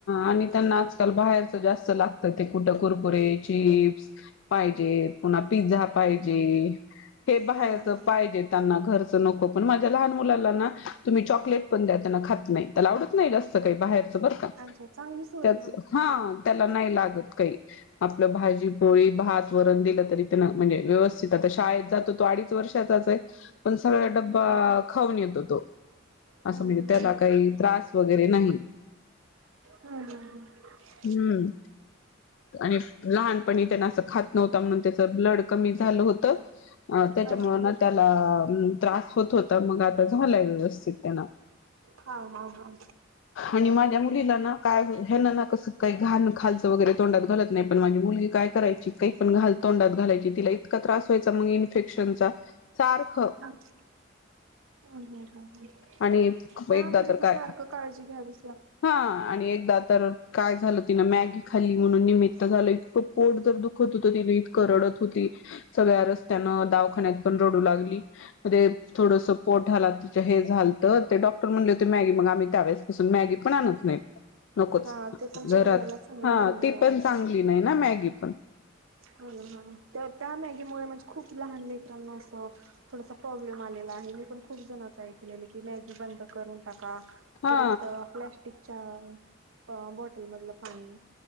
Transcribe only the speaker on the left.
आणि त्यांना आजकाल बाहेरच जास्त लागतं ते कुठं कुरकुरे चिप्स पाहिजेत पुन्हा पिझ्झा पाहिजे हे बाहेरच
पाहिजेत ना घरच नको पण माझ्या लहान मुलाला ना तुम्ही चॉकलेट पण द्या त्यांना खात नाही त्याला आवडत नाही जास्त काही बाहेरच बरं का
त्याच
हा त्याला नाही लागत काही आपलं भाजी पोळी भात वरण दिलं तरी त्यां म्हणजे व्यवस्थित आता शाळेत जातो तो अडीच वर्षाचाच आहे पण सगळा
डब्बा खाऊन येतो तो
असं म्हणजे
त्याला काही त्रास वगैरे नाही
हम्म आणि लहानपणी त्यांना असं खात नव्हता म्हणून त्याच ब्लड कमी झालं होत अ त्याच्यामुं
ना त्याला त्रास होत होता मग आता झालाय व्यवस्थित त्यांना
आणि मग त्या मुलीला ना काय ना ना कसं काही घाण खालचं वगैरे तोंडात घालत नाही पण माझी मुलगी काय कय काही पण घाल तोंडात घालायची तिला इतका त्रास व्हायचा मग इन्फेक्शनचा सारखं
आणि एकदा
तर
काय
हा आणि एकदा तरुण काय झालं तिनं मॅगी खाल्ली म्हणून निमित्त झालं इतकं पोट जर दुखत होत तिन इतकं रडत होती सगळ्या रस्त्यान दावाखान्यात पण रडू लागली म्ह थोडंस पोट हला त हे झालत तर ते डॉक्टर म्हणले होते मॅगी मग आम्ही त्यावेळेपसून मॅगी पण आणत नाही नकोच
घरात
हा
ती
पण चांगली नाही ना मॅगी पण
हा